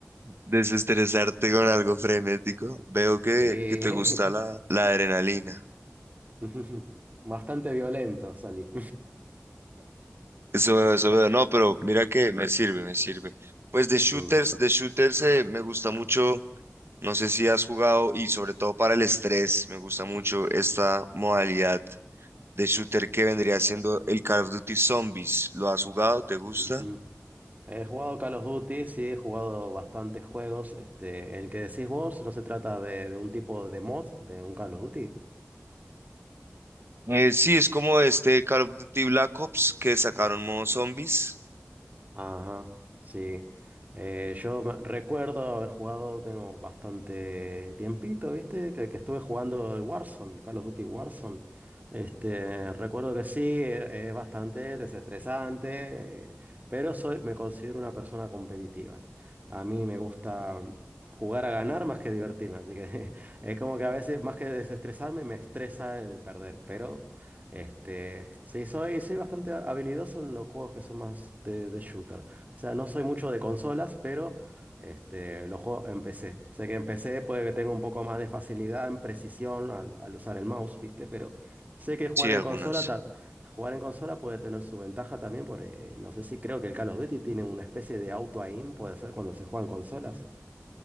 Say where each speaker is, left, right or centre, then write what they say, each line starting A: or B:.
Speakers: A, on the right; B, on the right.
A: Desestresarte con algo frenético. Veo que,
B: Sí,
A: que te gusta la, la adrenalina.
B: <laughs> bastante violento salí.
A: Eso eso veo. No, pero mira que me sirve, me sirve. Pues de shooters,
B: <laughs> Ujú,
A: de shooters eh, me gusta mucho. No sé si has jugado y sobre todo para el estrés, me gusta mucho esta modalidad de shooter que vendría siendo el Call of Duty Zombies. ¿Lo has jugado? ¿Te gusta?
B: ujú. He jugado Call of Duty, sí, he jugado bastantes juegos. Este, el que decís vos no se trata de, de un tipo de mod de un Call of Duty.
A: Eh, sí, es como este Call of Duty Black Ops que sacaron modo zombies.
B: Ajá, sí. Eh, yo me- recuerdo haber jugado, tengo bastante tiempito, ¿viste? Que, que estuve jugando el Warzone, Call of Duty Warzone. Este, recuerdo que sí, eh, es bastante desestresante, eh, pero soy, me considero una persona competitiva. A mí me gusta jugar a ganar más que divertirme, así que <laughs> es como que a veces más que desestresarme me estresa el perder, pero este, sí, soy, soy bastante habilidoso en los juegos que son más de, de shooter. O sea, no soy mucho de consolas, pero este, los juegos en PC. Sé que en PC puede que tenga un poco más de facilidad en precisión al, al usar el mouse, ¿viste? Pero sé que jugar
A: Sí,
B: en
A: algunas.
B: consola, ta- jugar en consola puede tener su ventaja también, porque no sé si creo que el Call of Duty tiene una especie de auto-aim, puede ser cuando se juegan consolas.